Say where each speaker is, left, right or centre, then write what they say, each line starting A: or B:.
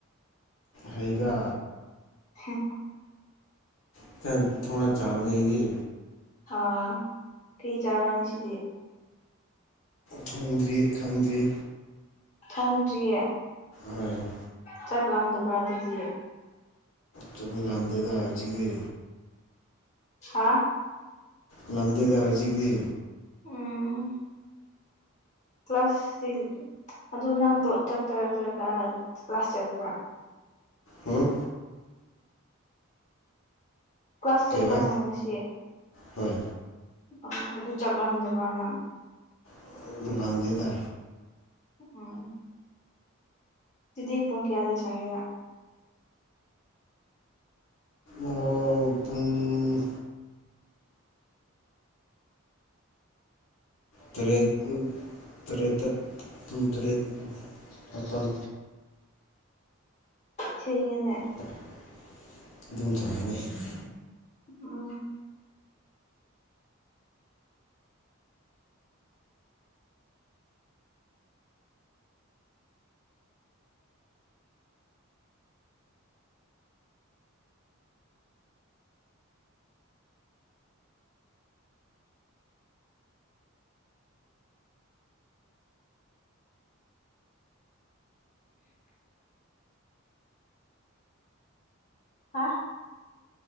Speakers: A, on the left; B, on the left.
A: ꯍꯩꯗ
B: ꯍꯝ
A: ꯏꯊꯟ ꯊꯣꯡꯉ ꯆꯥꯕꯅꯦ ꯑꯩꯒꯤ
B: ꯍꯥ ꯀꯔꯤ ꯆꯥꯕꯔ ꯉꯁꯤꯗꯤ
A: ꯊꯣꯡꯗ꯭ꯔꯤ ꯈꯪꯗ꯭ꯔꯤ
B: ꯊꯣꯡꯗ꯭ꯔꯤꯌꯦ
A: ꯍꫭꯏ
B: ꯆꯥꯛ ꯂꯥꯝꯗꯕ꯭ꯔꯥ ꯑꯗꯨꯗꯤ
A: ꯆꯠꯃꯤ ꯂꯥꯟꯗꯦꯗ ꯍꯧꯖꯤꯛꯗꯤ
B: ꯍꯥ
A: ꯉꯝꯗꯦꯗ ꯍꯧꯖꯤꯛꯇꯤ
B: ꯎꯝ ꯀ꯭ꯂꯥꯁꯁꯤ ꯑꯗꯨ ꯅꯪꯗꫭ ꯆꯥꯠ UNINTELLIGIBLE ꯀ꯭ꯂꯥꯁ ꯆꯠꯄ꯭ꯔ
A: ꯎꯝ
B: ꯀ꯭ꯂꯥꯁ ꯆꯠꯄ꯭ꯔ
A: ꯀꯩꯕ
B: ꯅꯪ ꯉꯁꯤ
A: ꯍꯣꯏ
B: ꯑꯥ ꯑꯗꯨ ꯆꯥꯛ ꯂꯝꯗꯕ꯭ꯔ ꯅꯪ
A: ꯅꯪꯗꯤ ꯃꯥꯝꯗꯦꯗ
B: ꯎꯝ ꯑꯗꯨꯗꯤ ꯄꯨꯡ ꯀꯌꯥꯗ ꯆꯪꯉꯒꯦꯔ
A: ꯑꯣ ꯄꯨꯨꯡ ꯇꯔꯦꯠ ꯇꯔꯦꯠꯇ ꯄꯨꯟ ꯇꯔꯦꯠ ꯃꯥꯄꯜ
B: ꯊꯦꯡꯉꯦꯅꯦ
A: ꯏꯟꯗ‌ꯣꯝꯆꯥꯒꯤ
B: ꯎꯝ ꯍꯥ